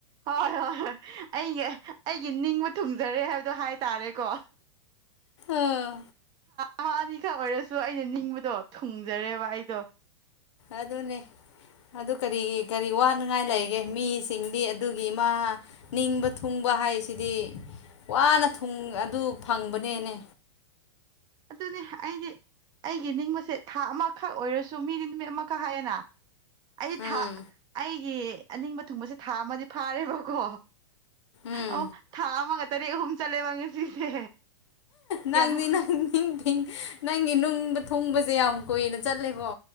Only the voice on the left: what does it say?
ꯑꯥ
ꯑꯗꯨꯅꯦ ꯑꯗꯨ ꯀꯔꯤ ꯀꯔꯤ ꯋꯥꯅꯤꯡꯉꯥꯏ ꯂꯩꯒꯦ ꯃꯤꯁꯤꯡꯗꯤ ꯑꯗꯨꯒꯤ ꯏꯃꯥ ꯅꯤꯡꯕ ꯊꯨꯡꯕ ꯍꯥꯏꯁꯤꯗꯤ ꯋꯥꯅ ꯑꯗꯨ ꯐꯪꯕꯅꯦꯅꯦ
ꯎꯝ
ꯎꯝ
ꯅꯪꯅꯤ ꯅꯪꯅꯤ ꯅꯪꯒꯤ ꯅꯨꯡꯕ ꯊꯣꯡꯕꯁꯦ ꯌꯥꯝ ꯀꯨꯏꯅ ꯆꯠꯂꯦꯕꯣ